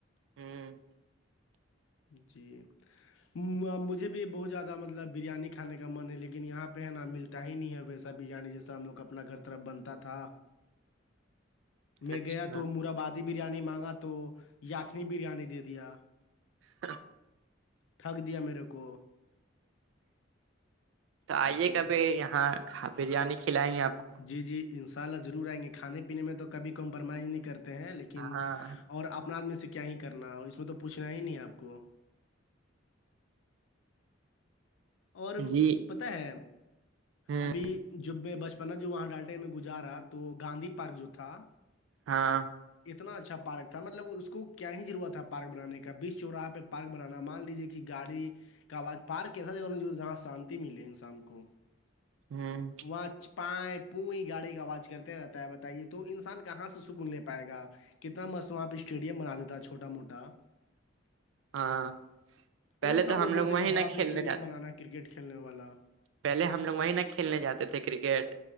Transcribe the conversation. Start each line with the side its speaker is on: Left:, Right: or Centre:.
Right: ہوں <unintelligible>
Left: جی مجھے بھی بہت زیادہ مطلب بریانی کھانے کا من ہے لیکن یہاں پہ ہے نا ملتا ہی نہیں ہے ویسا بریانی جیسا ہم لوگ اپنا گھر طرف بنتا تھا میں
Right: اچھا
Left: گیا تو مربادی بریانی مانگا تو یخنی بریانی دے دیا
Right: ہ <unintelligible>
Left: ٹھگ دیا میرے کو
Right: تو آئیے
Left: جی
Right: کبھی یہاں بریانی کھلائیں گے آپ کو
Left: جی جی انشاء اللہ ضرور آئیں گے کھانے پینے میں تو کبھی کمپرمائز نہیں کرتے ہیں لیکن
Right: ہاں
Left: اور اپناد میں سے کیا ہی کرنا اس میں تو پوچھنا ہی نہیں ہے آپ کو اور
Right: جی
Left: پت ہے
Right: ہوں
Left: ابھی جبے بس پ جو وہاں ڈالٹے میں گزارا تو گاندھی پارک جو تھا <unintelligible>
Right: ہاں
Left: اتنا اچھا پارک تھا مطلب اس کو کیا ہی ضرورت تھا پارک بانے کا بیس چوراہا پہ ارک بنانا مان لیجیے کہ گاڑی کا آواز پارک کر <unintelligible> جہاں شانتی ملے انسان کو
Right: ہوں <unintelligible>
Left: وہاں چ- پائیں پنئییں گاڑی کا آواز کرتے رہتا ہے بتائیے تو انسان کہاں سے سکون نہیں پائے گا کتنا مست ہ آپ اسٹیڈیم بنا دیتا چھوٹا موٹا <unintelligible>
Right: ہاں پہلے
Left: کون سا
Right: تو ہم لوگ
Left: بول تھے
Right: وہیں
Left: کہ
Right: نہ
Left: بڑا سا
Right: کھیلنے
Left: اسٹیڈیم
Right: جاتے
Left: کرکٹ کھیلنے والا
Right: پہلے ہم لوگ وہیں نہ کھیلنے جاتے تھے کرکٹ